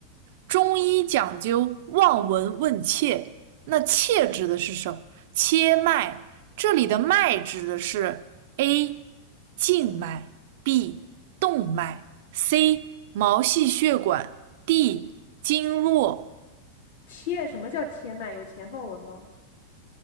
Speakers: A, on the right (about 50°); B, on the left (about 60°).
A: 中医讲究望闻问切，那切指的是什么？切脉，这里的脉指的是 A 静脉，B 动脉，C 毛细血管，D 经络。
B: 切，什么叫切脉？有前后文吗？